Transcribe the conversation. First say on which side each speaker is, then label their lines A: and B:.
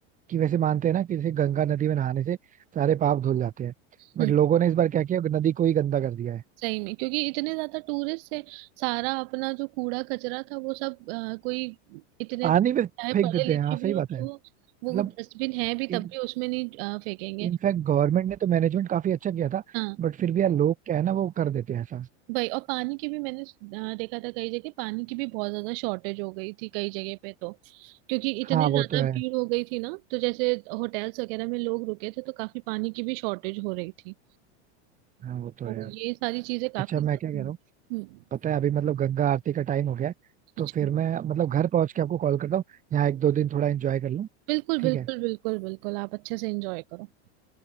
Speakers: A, on the right; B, on the right.
A: कि वैसे मानते हैं ना कि जैसे गंगा नदी में नहाने से सारे पाप धुल जाते हैं
B: हम्म।
A: बट लोगों ने इस बार क्या किया नदी को ही गंदा कर दिया है
B: सही में क्योंकि इतने ज्यादा टूरिस्ट थे सारा अपना जो कूड़ा कचरा था वो सब अ, कोई इतने
A: पानी
B: चाहे
A: में फेंक
B: पढ़े
A: देते
B: लिखे
A: हैं हाँ
B: भी
A: सही
B: हो
A: बात है
B: तो
A: मतलब
B: वो डस्टबिन है भी
A: इन
B: तब भी उसमें नहीं अ, फेंकेंगे
A: इनफैक्ट गवर्नमेंट ने तो मैनेजमेंट काफी अच्छा किया था
B: हाँ
A: बट फिर भी यार लोग क्या है ना वो कर देते हैं ऐसा
B: भाई और पानी की भी मैंने अ, देखा था कई जगह पानी की भी बहुत ज्यादा शॉर्टेज हो गई थी कई जगह पे तो क्योंकि इतने
A: हाँ वो
B: ज्यादा
A: तो है
B: भीड़ हो गई थी ना तो जैसे होटल्स वगैरह में लोग रुके थे तो काफी पानी की भी शॉर्टेज हो रही थी
A: हाँ वो तो है
B: तो
A: यार
B: ये सारी चीजें काफी
A: अच्छा मैं
B: ज्यादा
A: क्या कह
B: हम्म,
A: रहा हूँ पता है अभी मतलब गंगा आरती का टाइम हो गया है तो
B: अच्छा
A: फिर मैं मतलब घर पहुंच के आपको कॉल करता हूँ यहाँ एक दो दिन थोड़ा एंजॉय कर लूँ
B: बिल्कुल
A: ठीक
B: बिल्कुल
A: है
B: बिल्कुल बिल्कुल आप अच्छे से एंजॉय करो